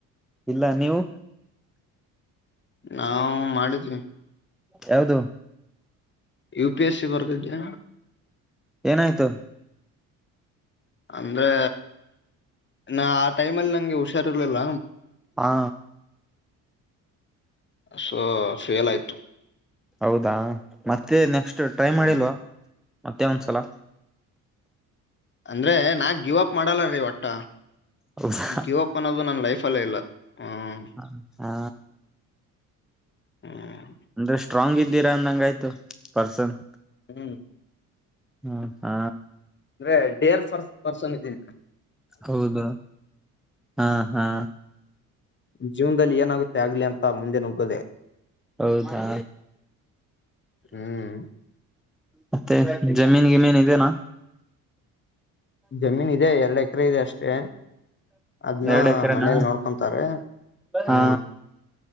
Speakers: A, in the centre; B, on the left.
A: ಇಲ್ಲ ನೀವು.
B: ನಾವು ಮಾಡಿದ್ವಿ.
A: ಯಾವದು.
B: ಯು ಪಿ ಎಸ್ ಸಿ ಬರದಿದ್ದೆ.
A: ಏನ ಆಯ್ತು.
B: ಅಂದ್ರೆ ನ ಆ ಟೈಮಲ್ಲಿ ನಂಗೆ ಹುಷಾರ್ರ್ಲಿಲ್ಲ.
A: ಹಾ.
B: ಸೊ ಫೇಲ್ ಆಯ್ತು.
A: ಹೌದಾ ಮತ್ತೆ ನೆಕ್ಸ್ಟ್ ಟ್ರೈ
B: ಹ್ಮ್
A: ಮಾಡಿಲ್ವಾ. ಮತ್ತೆ ಒಂದ್ಸಲ.
B: ಅಂದ್ರೆ ನಾ ಗಿವ್ ಅಪ್ ಮಾಡಲ್ಲ ರೀ ಒಟ್ಟ
A: ಹೌದಾ
B: ಗಿವ್ ಅಪ್ ಅನ್ನೋದು ನನ್ ಲೈಫ್ ಅಲ್ಲೇ ಇಲ್ಲ. ಹ್ಮ್
A: ಹ ಹಾ.
B: ಹ್ಮ.
A: ಅಂದ್ರೆ ಸ್ಟ್ರಾಂಗ್ ಇದ್ದೀರಾ ಅಂದಂಗಯ್ತು ಪರ್ಸನ್.
B: ಹ್ಮ್.
A: ಹ್ಮ ಹಾ.
B: ಅಂದ್ರೆ ಡೇರ್ ಫರ್ ಪರ್ಸನ್ ಇದೀನ.
A: ಹೌದ ಹಾ ಹಾ.
B: ಜೀವನ್ದಲ್ಲಿ ಏನಾಗುತ್ತೆ ಆಗ್ಲಿ ಅಂತ ಮುಂದೆ ನುಗ್ಗೋದೆ.
A: ಹೌದಾ.
B: ಹ್ಮ್
A: ಮತ್ತೆ ಜಮೀನ್ ಗಿಮೀನ್ ಇದೆನಾ.
B: ಜಮೀನ್ ಇದೆ ಎರಡ್ ಎಕರೆ ಇದೆ ಅಷ್ಟೇ. ಅದ್ನ್ನ
A: ಎರಡು ಎಕರೆನಾ
B: ಮನೇಲಿ ನೋಡ್ಕೊಂತಾರೆ
A: ಹಾ
B: ಹ್ಮ.